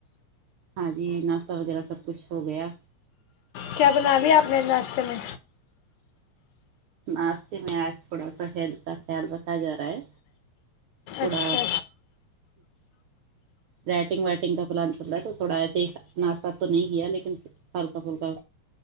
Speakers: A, on the right; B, on the left.
A: ہاں جی ناشتا وغیرہ سب کچھ ہو گیا
B: کیا بنانی ہے آپنے ناشتے میں
A: ناسی میں آس تھڑا سا ہےتا خیال رکھا جا رہا ہے تھوڑا
B: اچھا
A: رائٹنگ وائٹنگ کا پلان چل رہا ہے تو تھوڑا ایسے ہی ناشتہ تو نہیں کیا لیکن ہلکا پھلکا